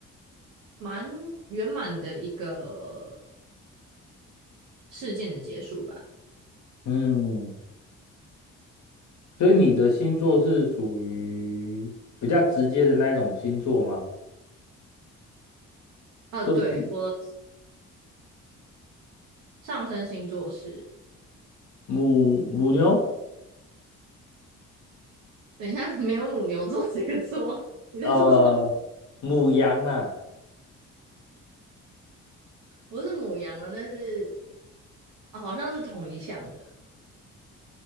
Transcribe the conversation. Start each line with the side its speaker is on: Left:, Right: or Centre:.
Right: 蛮圆满的一个事件的结束吧。
Left: 嗯，所以你的星座是属于比较直接的那一种星座吗？
Right: 呃，
Left: 个
Right: 对，我上升星座是，
Left: 母母牛，
Right: 等一下 <laughs> 没有母牛座这个座，你在说什么？
Left: 呃，母羊啦，
Right: 不是母羊啊，但是、啊好像是同一项的。